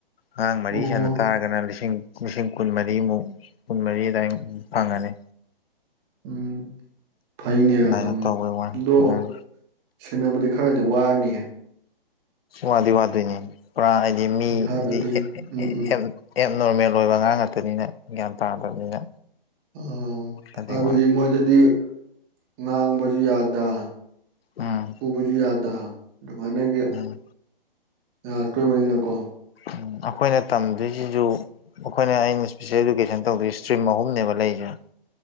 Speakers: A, on the left; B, on the right.
A: ꯑꯉꯥꯡ ꯃꯔꯤ
B: ꯑꯣ
A: ꯁꯦꯟꯅ ꯇꯥꯔꯒꯅ ꯂꯤꯁꯤꯡ ꯂꯤꯁꯤꯡ ꯀꯨꯟ ꯃꯔꯤꯃꯨꯛ ꯀꯨꯟ ꯃꯔꯤ ꯑꯗꯨꯏ ꯐꯪꯉꯅꯤ
B: ꯎꯝ ꯐꯩꯅꯦ
A: ꯑꯗꯨꯃꯥꯏꯅ
B: ꯑꯗꯨꯝ
A: ꯇꯧꯕꯩ ꯋꯥꯅꯤ
B: ꯑꯗꯣ
A: ꯎꯝ
B: ꯁꯦꯟꯅꯕꯗꯤ ꯈꯔꯗꯤ ꯋꯥꯔꯅꯤꯌꯦ
A: ꯋꯥꯗꯤ ꯋꯥꯗꯣꯏꯅꯦ ꯄꯨꯔꯥ ꯍꯥꯏꯗꯤ ꯃꯤ
B: ꯎꯝ ꯍꯥꯏꯕꯗꯤ
A: ꯍꯥꯏꯗꯤ <unintelligible>
B: ꯎꯝ ꯎꯝ
A: ꯑꯦꯠ ꯅꯣꯔꯃꯦꯜ ꯑꯣꯏꯕ ꯑꯉꯥꯡ ꯉꯥꯛꯇꯅꯤꯅ ꯒ꯭ꯌꯥꯟ ꯇꯥꯗꯕꯅꯤꯅ
B: ꯎꯝ
A: ꯑꯗꯨꯏ
B: ꯍꯥꯏꯕꯗꯤ
A: ꯋꯥꯅꯤ
B: ꯃꯣꯏꯗꯗꯤ ꯉꯥꯡꯕꯁꯨ ꯌꯥꯗ
A: ꯎꯝ
B: ꯐꯨꯕꯖꯨ ꯌꯥꯗ ꯑꯗꯨꯃꯥꯏꯅꯒꯤ
A: ꯎꯝ
B: ꯂꯥꯛꯇꯣꯏꯕꯅꯤꯅꯀꯣ
A: ꯎꯝ ꯑꯩꯈꯣꯏꯅ ꯇꯝꯗ꯭ꯣꯏꯁꯤꯁꯨ ꯑꯩꯈꯣꯏꯅ ꯑꯩꯅ ꯏꯁꯄꯤꯁꯦꯜ ꯏꯗꯨꯀꯦꯁꯟ ꯇꯧꯗꯣꯏ ꯏꯁꯇ꯭ꯔꯤꯝ ꯑꯍꯨꯝꯅꯦꯕ ꯂꯩꯔꯤꯁꯦ